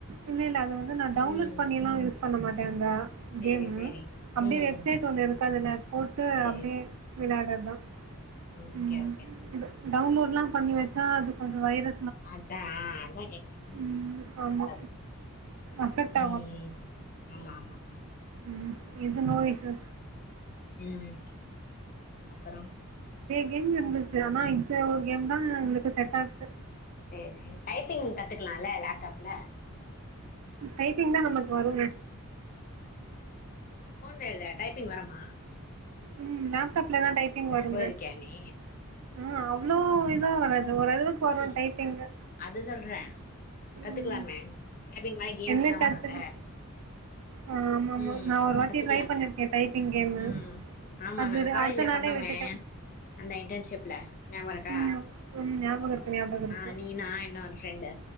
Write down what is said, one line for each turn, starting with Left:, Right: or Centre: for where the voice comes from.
Right: இல்ல இல்ல அது வந்து நா டவுன்லோட்
Left: ம்
Right: பண்ணியெல்லா யூஸ் பண்ண மாட்டேந்தா
Left: சேரி
Right: கேமு
Left: சேரி
Right: அப்டியே
Left: ம்
Right: வெப்சைட் வந்தருக் தன்னுனத் போட்டு
Left: சேரி
Right: அப்டியே
Left: சேரி
Right: விளையாடுறதுதா
Left: ஓகே
Right: ம்
Left: ஓகே
Right: டவுன்லோட் எல்லா பண்ணி வச்சா அது கொஞ்சோ வைரல்
Left: அதா அதா கேக்குரேன்
Right: ம் ஆமா
Left: <inaudible>
Right: அஃபெக்ட்
Left: உம் ம் ஆமா ஆமா
Right: உம் ஏது நோய்சு
Left: உம் அப்புறொ
Right: எங்க இருந்துச்சு ஆனா இங் இத்ல ஒரு கேம் தா உங்களுக்கு செட் ஆகொ
Left: சேரி சேரி டைப்பிங் கத்துக்கலால்ல லேப்டாப்ல
Right: டைப்பிங் தா நமக்கு வருங்க
Left: ஆ ஃபோன்ல இல்ல டைப்பிங் வரமா
Right: ம் நப் ப்டாப்ல தா டைப்பிங் வருங்க
Left: போயிருக்கியா நீ
Right: ம் அவ்ளோ இதா வராது அது ஓரளவுக்கு வரொ
Left: ம்
Right: டைப்பிங்கு
Left: அது சொல்றே கத்துக்கலாமே
Right: ம்
Left: டைப்பிங் மாரி கேம்ஸ்லா
Right: என்ன கத்துக்கு
Left: வரொல்ல
Right: ஆ ஆமாமா
Left: உம்
Right: நான் ஒரு வாட்டி
Left: கத்துக்கலாங்க
Right: ட்ரை பண்ணிருக்கேன் டைப்பிங் கேமு
Left: உம் ஆமா
Right: அது
Left: நாங்க காலேஜ்ல
Right: அடுத்த நாளே
Left: பண்ணமே
Right: விட்டுட்டேன்
Left: அந்த இன்டன்ஷிப்ல நியாபொ இருக்கா
Right: ம் ம் ஞாபகம் இருக்கு ஞாபகம் இருக்கு
Left: ஆ நீ நா இன்னொரு ஃப்ரெண்டு